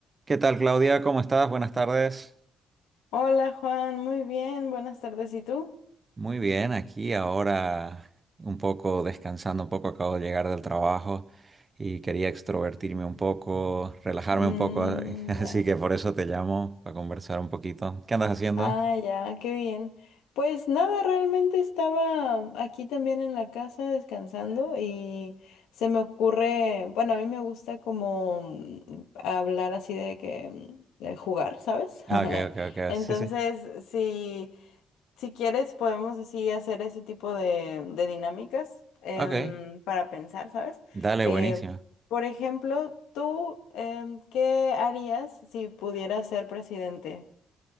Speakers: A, on the right; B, on the left.
A: ¿Qué tal, Claudia? ¿Cómo estás? Buenas tardes.
B: Hola Juan, muy bien, buenas tardes. ¿Y tú?
A: Muy bien, aquí ahora un poco descansando, un poco acabo de llegar del trabajo y quería extrovertirme un poco, relajarme
B: Mm,
A: un poco, <laughs> así
B: ya.
A: que por eso te llamo para conversar un poquito. ¿Qué andas haciendo?
B: Ah, ya, qué bien. Pues nada, realmente estaba aquí también en la casa descansando y se me ocurre, bueno, a mí me gusta como mm, hablar así de que mm, de jugar, ¿sabes?
A: Ah,
B: <laughs>
A: ok, ok, ok.
B: Entonces,
A: Sí, sí.
B: sí. Si quieres, podemos así hacer ese tipo de, de dinámicas em,
A: Ok.
B: para pensar, ¿sabes?
A: Dale,
B: Em,
A: buenísimo.
B: por ejemplo, tú, em, ¿qué harías si pudieras ser presidente?